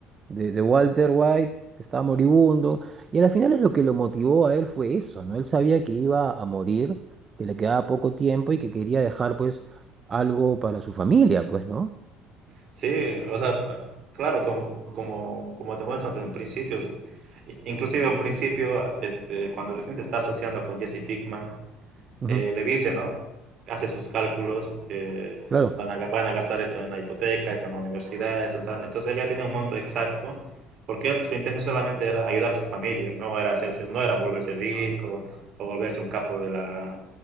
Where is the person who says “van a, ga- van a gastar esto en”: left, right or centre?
Right